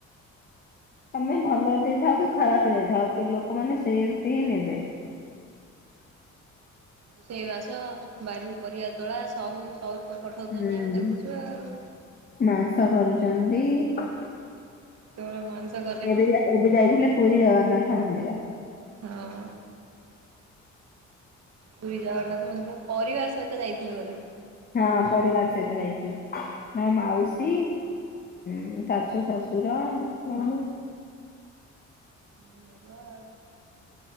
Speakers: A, on the left; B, on the right.
A: ତମେ ଭଲରେ ଦେଇଥାଉ କି ଖରାପରେ ଦେଇଥାଉ ଲୋକମାନେ ସେମତି ହିଁ ନେବେ।
B: ରୋଷେଇବାସ ବାରି ପରିବା ତୋଳା ସବୁ ସଉ ପଠଉଛନ୍ତି
A: ହୁଁ
B: ଆମେ ଦେଖୁଛୁ ଆଉ।
A: ମାଂସ କରୁଛନ୍ତି ଏବେ
B: କେବଳ ମଣିଷ କଲେଣି
A: ଏବେ ଏବେ ଯାଇଥିଲେ ପୁରୀ ଜଗନ୍ନାଥ ମନ୍ଦିର।
B: ହଁ। ପୁରୀ ଜଗନ୍ନାଥ ମନ୍ଦିର ପରିବାର ସହିତ ଯାଇଥିଲେ ବୋଧେ।
A: ହଁ ପରିବାର ସହିତ ଯାଇଥିଲେ ହଁ ତାଙ୍କ ମାଉସୀ ହୁଁ ଶାଶୁ ଶାଶୁର ସବୁ
B: <unintelligible>